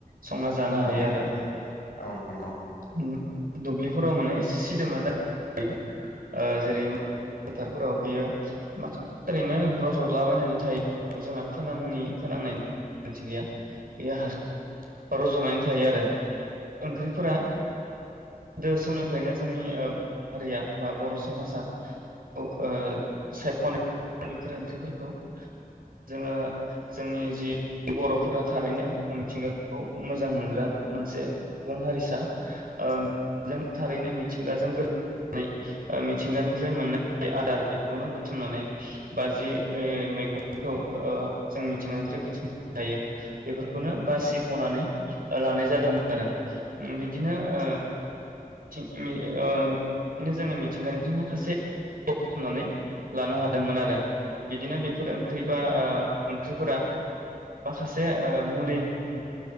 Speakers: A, on the right; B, on the left.
A: संना जानो
B: औ
A: हायो
B: औ
A: आरो
B: नंगौ
A: ओम। दुब्लि फो <unintelligible> माने सिदोमा जा <unintelligible> ओ जेरै फोथारफोराव बियो माखा ओरैनो रजलाबायनानै थायो जोंहा फोनांनि फोनांनाय मोनथि गैया बेयो हार रजनानै थायो आरो ओंख्रिफोरा दो समनिफ्रायनो जोंनि ओ हारिया बा बर समाजा औ ओ सायखनाय बेफोर ओंख्रिफोरखौ जोङो जोंनि जि बरफोरा थारैनो मिथिंगा। खौ मोजां मोनग्रा मोनसे सुबुं हारिसा ओ जों थारैनो मिथिंगाजों गोरोब नानै ओ मिथिंगानिफ्राय मोननाय आदार बेखौनो बुथुमनानै बा जि ओ मैगंखौ ओ जों मिथिंगानिफ्राय बुथुमनो हायो बेफोरखौनो बासि। हनानै लानाय जादोंमोन आरो ओम बिदिनो ओ मिथिं <unintelligible> मिथिंगानिफ्राय माखासे बुथुमनानै लानो हादोंमोन आरो बिदिनो बेफोर ओंख्रि बा ओ ओंख्रिफोरा माखासे ओ मुलि। <unintelligible>